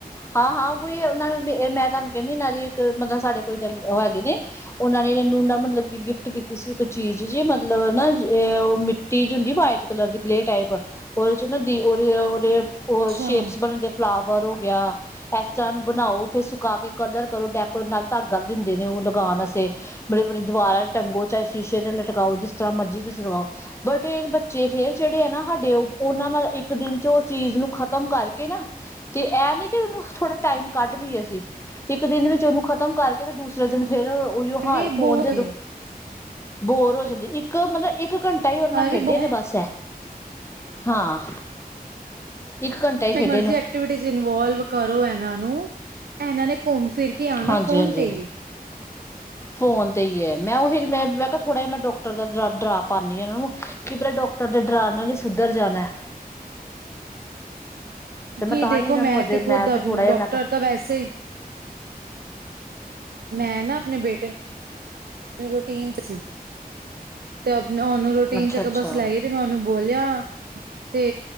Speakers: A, on the left (about 15°); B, on the right (about 80°).
A: ਹਾਂ- ਹਾਂ ਕੋਈ ਉਹਨਾਂ ਨੂੰ ਮੈਂ ਤੁਹਾਨੂੰ ਕਹਿੰਦੀ ਇਹਨਾਂ ਦੀ ਇੱਕ ਮਤਲਬ ਸਾਡੇ ਕੋਈ ਹੈਗੀ ਨੇ ਉਹਨਾਂ ਨੇ ਇਹਨੂੰ ਨਾ ਮਤਲਬ ਕਿ ਗਿਫਟ ਕੀਤੀ ਸੀ ਇੱਕ ਚੀਜ਼ ਜੇ ਮਤਲਬ ਨਾ ਉਹ ਮਿੱਟੀ ਜੀ ਹੁੰਦੀ ਵਟ ਕਲਰ ਦੀ ਕਲੇਅ ਟਾਈਪ ਉਹਦੇ 'ਚ ਨਾ ਦੀ ਉਹਦੇ, ਉਹਦੇ ਉਹ
B: ਅੱਛਾ
A: ਸ਼ੇਪਸ ਬਣਦੇ ਫਲਾਵਰ ਹੋ ਗਿਆ, ਇਸ ਤਰ੍ਹਾਂ ਇਹਨੂੰ ਬਣਾਓ। ਫਿਰ ਸੁਕਾ ਕੇ ਕਲਰ ਕਰੋ ਡੈਕੋਟ ਨਾਲ ਧਾਗਾ ਦਿੰਦੇ ਨੇ ਉਹ ਲਗਾਉਣ ਵਾਸਤੇ। ਵੜੀ- ਵੜੀ ਦੀਵਾਰਾਂ ਤੇ ਟੰਗੋ ਚਾਹੇ ਸ਼ੀਸ਼ੇ ਤੇ ਲਟਕਾਓ ਜਿਸ ਤਰ੍ਹਾਂ ਮਰਜ਼ੀ ਤੁਸੀਂ ਲਗਾਓ। ਬਟ ਇਹ ਬੱਚੇ ਫੇਰ ਜਿਹੜੇ ਆ ਨਾ ਸਾਡੇ ਉਹਨਾਂ ਨਾਲ ਇੱਕ ਦਿਨ ਚ ਉਹ ਚੀਜ਼ ਨੂੰ ਖ਼ਤਮ ਕਰਕੇ ਨਾ। ਤੇ ਇਹ ਨੀ ਕਿ ਉਹਨੂੰ ਥੋੜਾ ਟਾਈਮ ਕੱਢ ਲਈਏ ਅਸੀਂ, ਇੱਕ ਦਿਨ ਵਿੱਚ ਉਹਨੂੰ ਖ਼ਤਮ ਖ਼ਤਮ ਕਰਕੇ ਤੇ ਦੂਸਰੇ ਦਿਨ ਫਿਰ ਉਹੀਓ
B: ਅਰੇ
A: ਹਾਲ ਫੋਨ
B: ਬੋਲ
A: ਦੇਦੋ, ਬੋਰ ਹੋ ਜਾਂਦੀ ਇੱਕ ਇੱਕ ਮਤਲਬ ਇੱਕ ਘੰਟਾ ਹੀ ਓਹਦੇ ਨਾਲ ਖੇਡੇ
B: ਅਰੇ ਬੋ
A: ਨੇ ਬੱਸ ਐ। ਹਾਂ, ਇੱਕ ਘੰਟਾ ਹੀ ਖੇਡ
B: ਮਰਜੀ ਐਕਟੀਵਟੀ ਇਨਵਲਵ ਕਰੋ ਇਹਨਾਂ ਨੂੰ ਇਹਨਾਂ ਨੇ ਘੁੰਮ ਫਿਰ ਕੇ ਆਣਾ
A: ਹਾਂਜੀ
B: ਫੋਨ
A: ਹਾਂਜੀ
B: ਤੇ ਈ ਏ।
A: ਫੋਨ ਤੇ ਹੀ ਐ, ਮੈਂ ਉਹੀ ਮੈਂ, ਮੈਂ ਕਿਹਾ ਥੋੜਾ ਜਿਹਾ ਮੈਂ ਡਾਕਟਰ ਦਾ ਡਰਾ ਪਾਣੀਂ ਆ ਇਹਨਾਂ ਨੂੰ, ਕਿ ਪਤਾ ਡਾਕਟਰ ਜੇ ਡਰਾ ਨਾਲ ਹੀ ਸੁੱਧਰ ਜਾਣਾ। ਤੇ ਮੈਂ
B: ਕੀ
A: ਤਾਂ
B: ਦੇਖੋ
A: ਹੀ ਇਹਨਾਂ
B: ਮੈਂ
A: ਨੂੰ ਅਜੇ
B: ਤੇ ਖੁਦ
A: ਫਿਰ ਥੋੜਾ ਜਿਹਾ
B: ਡਾਕਟਰ
A: ਮੈਂ ਕਿਹਾ
B: ਤਾਂ ਵੈਸੇ ਹੀ ਮੈਂ ਨਾ ਆਪਣੇ ਬੇਟੇ ਨੂੰ ਰੂਟੀਨ 'ਚ' ਸੀ, ਤੇ ਆਪਣਾ ਉਹਨੂੰ ਰੂਟੀਨ
A: ਅੱਛਾ
B: ਚੱਕ
A: ਅੱਛਾ
B: ਬੱਸ ਲ ਤੇ ਮੈਂ ਉਹਨੂੰ ਬੋਲਿਆ, ਤੇ